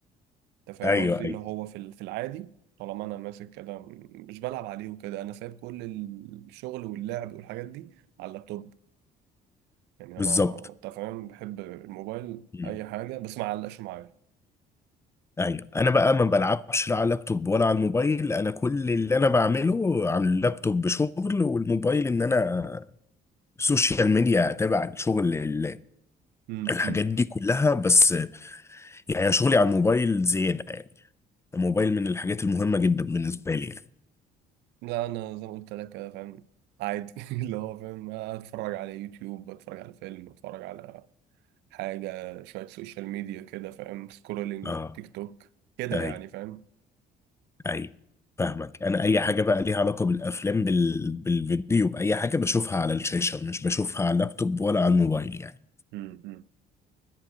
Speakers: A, on the right; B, on the left.
A: انت فاهم
B: ايوه
A: قصدي اللي
B: ايوه
A: هو في ال- في العادي طالما انا ماسك كده م- مش بلعب عليه وكده انا سايب كل الشغل واللعب والحاجات دي على اللابتوب يعني
B: بالظبط
A: انا انت فاهم بحب الموبايل
B: مم.
A: اي حاجه بس ما علقش معايا
B: ايوه انا بقى ما بلعبش لا على اللابتوب ولا على الموبايل انا كل اللي انا بعمله على اللابتوب شغل والموبايل ان انا سوشيال ميديا اتابع الشغل ال-
A: مم،
B: الحاجات
A: مم.
B: دي كلها بس يعني أنا شغلي على الموبايل زيادة يعني الموبايل من الحاجات المهمة جدا بالنسبة لي يعني
A: لا انا زي ما قلت لك كده فاهم عادي <laughs> اللي هو فاهم اتفرج على يوتيوب بتفرج على فيلم بتفرج على حاجه شويه سوشيال ميديا كده فاهم سكرولينج
B: اه
A: تيك توك كده
B: اي
A: يعني فاهم
B: اي فاهمك انا اي حاجة بقى ليها علاقة بالافلام بال... بالفيديو باي حاجة بشوفها على الشاشة مش بشوفها على اللابتوب ولا على الموبايل يعني
A: مم، مم.